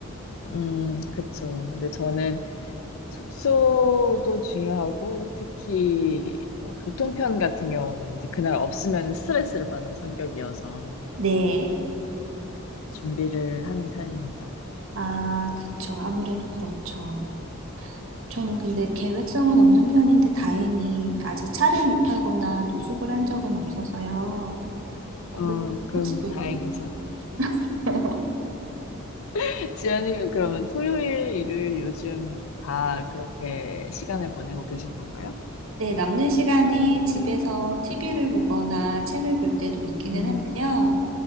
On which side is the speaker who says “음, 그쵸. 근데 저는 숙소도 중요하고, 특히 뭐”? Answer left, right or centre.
Left